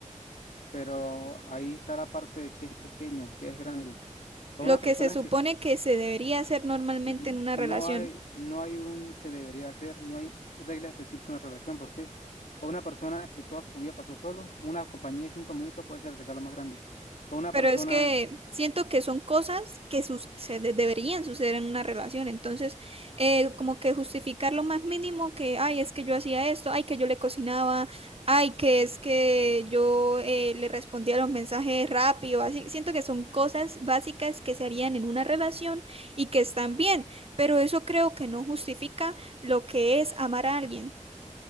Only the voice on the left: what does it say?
Pero ahí está la parte de qué es pequeño, qué es grande. Para
una persona
que
n-
no
hay, no hay un se debería hacer, no hay regla específica en la relación. ¿Por qué? Para una persona que toda su vida pasó solo, una compañía de cinco minutos puede ser el regalo más grande. Para una
persona,